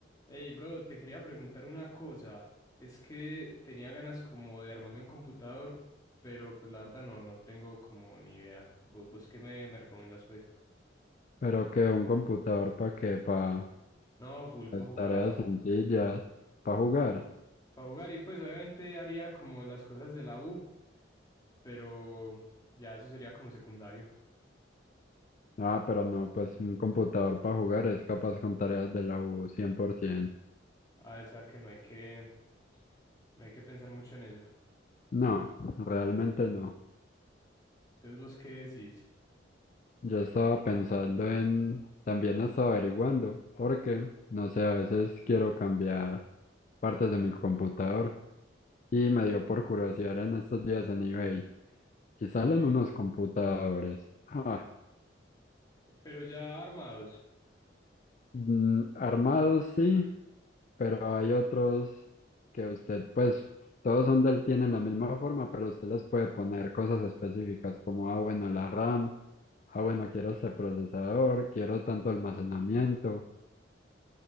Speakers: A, on the left; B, on the left.
A: Hey, bro, te quería preguntar una cosa. Es que tenía ganas como de armarme un computador, pero pues la verdad no, no tengo como ni idea. ¿Vos, vos qué me, me recomendás, pues?
B: Pero que un computador para qué, para
A: No, full para jugar.
B: tareas sencillas, para jugar.
A: Para jugar y pues obviamente haría como las cosas de la U, pero ya eso sería como secundario.
B: Ah, pero no, pues un computador para jugar es capaz con tareas de la U 100%.
A: Ah, o sea que no hay que, no hay que pensar mucho en eso.
B: No, realmente no.
A: Entonces, ¿vos qué decís?
B: Yo estaba pensando en, también estaba averiguando, porque, no sé, a veces quiero cambiar partes de mi computador y me dio por curiosidad en estos días en eBay y salen
A: Sí,
B: unos computadores. ah,
A: pero ya armados,
B: mm, armados sí, pero hay otros que usted, pues todos son del, tienen la misma forma, pero usted les puede poner cosas específicas como, ah, bueno, la RAM, ah, bueno, quiero este procesador, quiero tanto almacenamiento